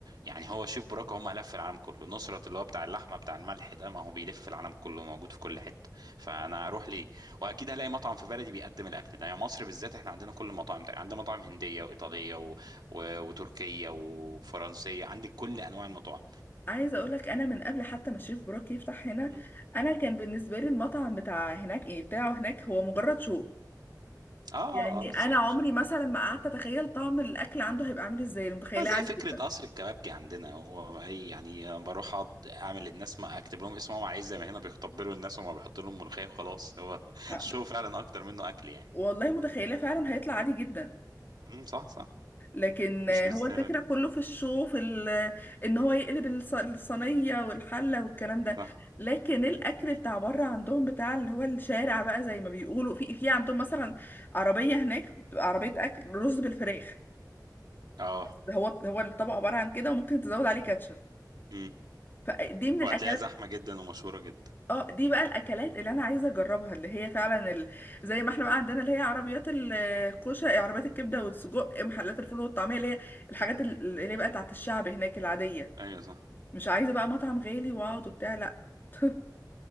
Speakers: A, on the right (about 70°); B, on the left (about 30°).
A: يعني هو شيف براكه هم لف العالم كله نصرت اللي هو بتاع اللحمه بتاع الملح ده ما هو بيلف العالم كله موجود في كل حته فانا اروح ليه واكيد هلاقي مطعم في بلدي بيقدم الاكل ده يعني مصر بالذات احنا عندنا كل المطاعم ده عندنا مطاعم هنديه وايطاليه و... و... وتركيه وفرنسيه عندك كل انواع المطاعم
B: عايزه اقول لك انا من قبل حتى ما الشيف بروك يفتح هنا
A: م.
B: انا كان بالنسبه لي المطعم بتاع هناك ايه بتاعه هناك هو مجرد شوق
A: اه اه
B: يعني
A: آه، بالظبط
B: انا عمري مثلا ما قعدت اتخيل طعم الاكل عنده هيبقى عامل ازاي أنا متخيلاه
A: اه زي
B: عادي
A: فكرة
B: جدا
A: قصر الكبابجي عندنا هو أي يعني بروح أقعد أعمل للناس ما أكتب لهم اسمهم عايز زي ما هنا بيتقبلوا الناس وما بيحط لهم ملوخية وخلاص هو <laughs>
B: آه،
A: الشو فعلا أكتر منه أكل يعني
B: والله متخيلاه فعلا هيطلع عادي جدا
A: امم صح صح
B: لكن
A: مش
B: آه،
A: مستاهل
B: هو الفكرة كله في الشو في ال- ان هو يقلب الص- الصينية والحلة والكلام ده
A: صح
B: لكن الاكل بتاع بره عندهم بتاع اللي هو الشارع بقى زي ما بيقولوا في في عندهم مثلا عربية هناك بتبقى عربية اكل رز بالفراخ
A: اه
B: ده هو ده هو الطبق عبارة عن كده وممكن تزود عليه كاتشب
A: امم
B: فدي من الاكلات
A: وهتلاقيها زحمة جدا ومشهورة جدا
B: اه دي بقى الاكلات اللي انا عايزه اجربها اللي هي فعلا ال... زي ما احنا بقى عندنا اللي هي عربيات الكوشه عربيات الكبده والسجق محلات الفول والطعميه اللي هي الحاجات ال- اللي هي بقى بتاعت الشعب هناك العاديه
A: أيوة صح
B: مش عايزه بقى مطعم غالي واقعد وبتاع لا <laughs>